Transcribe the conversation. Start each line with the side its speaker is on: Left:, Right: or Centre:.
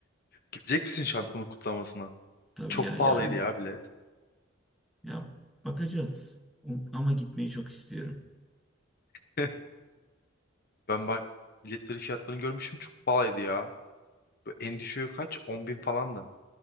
Left: Gidecek misin şampiyonluk kutlamasına?
Centre: Tabii
Left: Çok
Centre: ya
Left: pahalıydı
Centre: yarın
Left: ya bilet.
Centre: ya bakacağız. Um- Ama gitmeyi çok istiyorum.
Left: <laughs> Ben bak biletleri fiyatlarını görmüşüm çok pahalıydı ya. En düşüğü kaç? 10 bin falan da.